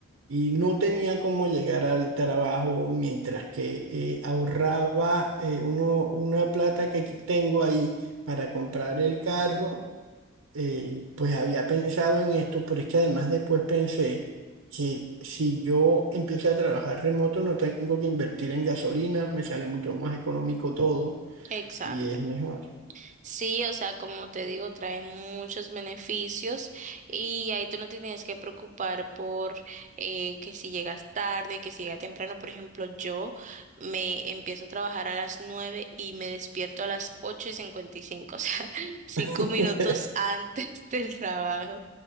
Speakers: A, on the right; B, on the right.
A: y no tenía cómo llegar al trabajo mientras que eh, ahorraba eh, uno, una plata que aquí tengo ahí para comprar el carro, eh, pues había pensado en esto, pero es que además después pensé que si yo empiezo a trabajar remoto no tengo que invertir en gasolina, me sale mucho más económico todo
B: Exacto.
A: y es mejor.
B: Sí, o sea, como te digo, trae muchos beneficios y ahí tú no te tienes que preocupar por eh, que si llegas tarde, que si llegas temprano. Por ejemplo, yo me empiezo a trabajar a las 9 y me despierto a las 8 y cincuenta y cinco, o sea, <laughs> cinco
A: <laughs>
B: minutos antes del trabajo.